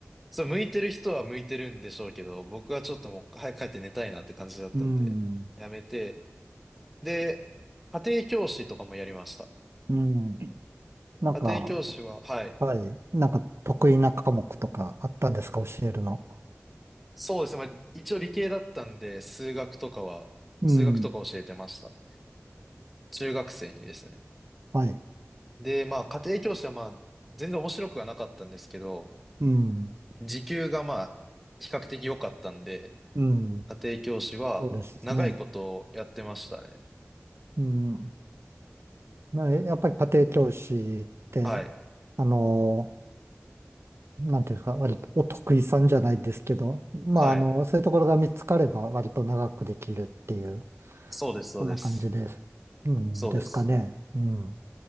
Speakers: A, in the centre; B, on the right.
A: そう、向いてる人は向いてるんでしょうけど、僕はちょっともう早く帰って寝たいなって感じだったんで、
B: うん。
A: やめて。で、家庭教師とかもやりました。
B: うん。なんか、
A: 家庭教師は、はい。
B: はい。なんか得意な科目とかあったんですか教えるの。
A: そうですね。まあ、一応理系だったんで、数学とかは、
B: うん。
A: 数学とか教えてました。中学生にですね。
B: はい。
A: で、まあ、家庭教師はまあ、全然面白くはなかったんですけど、
B: うん。
A: 時給がまあ、比較的良かったんで、
B: うん。
A: 家庭教師は長いことやってましたね。
B: そうですね。うん。まあ、やっぱり家庭教師って、
A: はい。
B: あの、なんていうんですか、割とお得意さんじゃないですけど、まあ、
A: はい。
B: あの、そういうところが見つかれば割と長くできるっていう、
A: そうです、そうです。
B: そんな感じです。うん。
A: そうです。
B: ですかね。うん。